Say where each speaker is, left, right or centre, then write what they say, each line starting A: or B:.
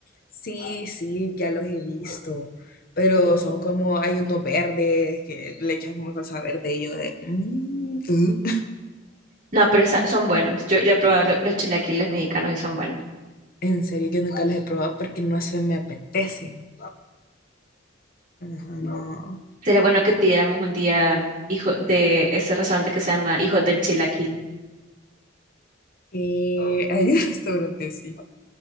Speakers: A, on the left; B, on the right.
A: Sí, sí, ya los he visto, pero son como, hay unos verdes que le echan como salsa verde y yo de, "Mm, uh".
B: No, pero sa- son buenos. Yo, yo he probado lo- los chilaquiles mexicanos y son buenos.
A: En serio que nunca los he probado porque no se me apetecen. Ajá, no.
B: Sería bueno que pidiéramos un día hijo de ese restaurante que se llama Hijos del Chilaquil.
A: Que hay un <laughs> restaurante, sí.